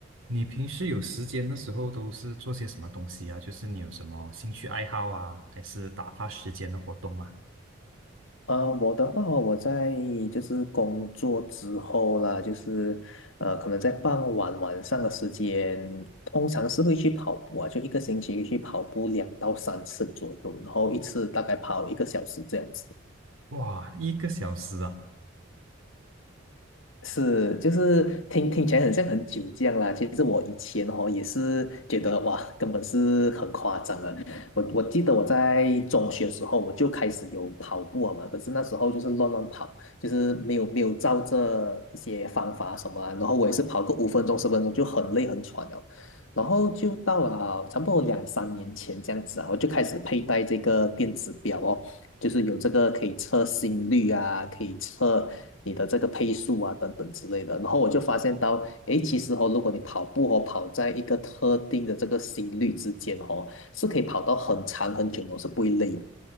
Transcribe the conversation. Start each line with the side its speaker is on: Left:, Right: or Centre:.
Right: 你平时有时间的时候都是做些什么东西啊？就是你有什么兴趣爱好啊，还是打发时间的活动吗？
Left: 呃，我的话哦我在就是工作之后啦，就是呃，可能在傍晚晚上的时间，通常是会去跑步啊，就一个星期去跑步两到三次左右，然后一次大概跑一个小时这样子。
Right: 哇，一个小时啊！
Left: 是，就是听听起来很像很久这样啦。其实我以前哦也是觉得哇，根本是很夸张的。我我记得我在中学的时候我就开始有跑步了嘛，可是那时候就是乱乱跑，就是没有没有照着一些方法什么啊然后我也是跑个五分钟十分钟就很累很喘了。然后就到了差不多两三年前这样子啊，我就开始佩戴这个电子表哦。就是有这个可以测心率啊，可以测你的这个配速啊，等等之类的。然后我就发现到，诶，其实哦，如果你跑步哦，跑在一个特定的这个心率之间哦，是可以跑到很长很久的哦，是不会累的。